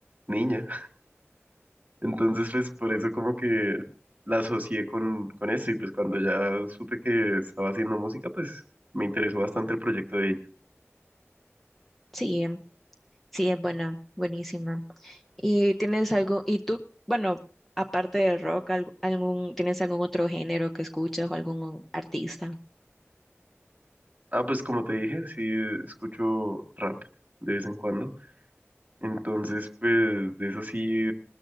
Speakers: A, on the right (about 35°); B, in the centre.
A: niña. Entonces, pues por eso como que la asocié con, con eso y pues cuando ya supe que estaba haciendo música, pues me interesó bastante el proyecto de ella.
B: Sí, em, sí, es buena, buenísima. ¿Y tienes algo, y tú, bueno, aparte de rock, alg- algún, ¿tienes algún otro género que escuchas o algún artista?
A: Ah, pues como te dije, sí escucho rap de vez en cuando. Entonces, pues de eso sí